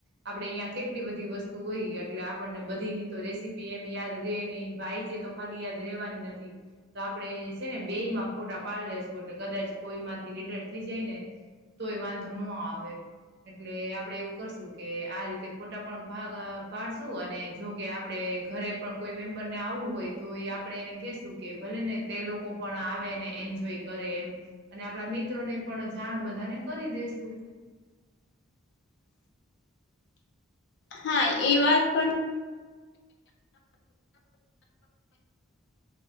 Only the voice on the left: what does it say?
<inaudible> હા એ વાત પણ